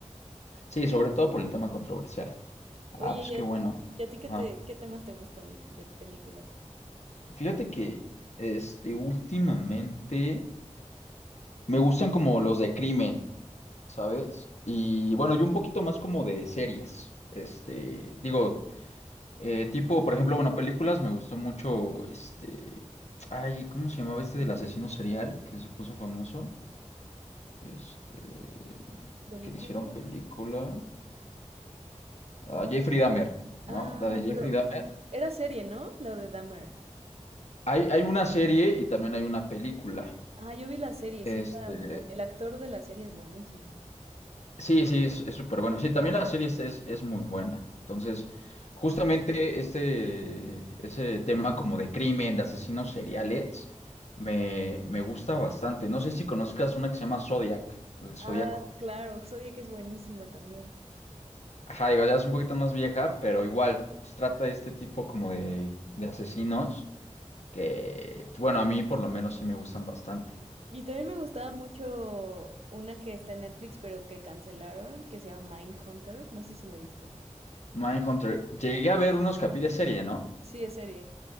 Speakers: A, on the left (about 65°); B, on the right (about 55°).
A: Sí, sobre todo por el tema controversial. Ah,
B: Oye,
A: pues
B: ¿y
A: qué
B: a,
A: bueno.
B: y a ti qué
A: Ajá.
B: te, qué temas te gustan de películas?
A: Fíjate que este últimamente me gustan como los de crimen, ¿sabes? Y bueno, yo un poquito más como de series. Este, digo, eh, tipo, por ejemplo, bueno, películas me gustó mucho este, ay, ¿cómo se llamaba este del asesino serial que se puso famoso? Este,
B: ¿Película?
A: que le hicieron película. Ah, Jeffrey Dahmer, ¿no?
B: Ah,
A: La de Jeffrey
B: pero
A: Dahmer.
B: era serie, ¿no? La de Dahmer.
A: Hay, hay una serie y también hay una película.
B: Ah, yo vi la serie,
A: Este,
B: sí está mu- El actor de la serie es buenísimo.
A: sí, sí, es es súper bueno. Sí, también la serie es, es, es muy buena. Entonces, justamente este, ese tema como de crimen, de asesinos seriales, me, me gusta bastante. No sé si conozcas una que se llama Zodiac, el Zodíaco.
B: Ah, claro, Zodiac es buenísima también.
A: Ajá, digo, ya es un poquito más vieja, pero igual, pues trata de este tipo como de, de asesinos que, pues, bueno, a mí por lo menos sí me gustan bastante.
B: Y también me gustaba mucho una que está en Netflix, pero que cancelaron, que se llama Mindhunter. No sé si la viste.
A: Mindhunter. Llegué a ver unos capítulos de serie, ¿no?
B: Sí, es serie.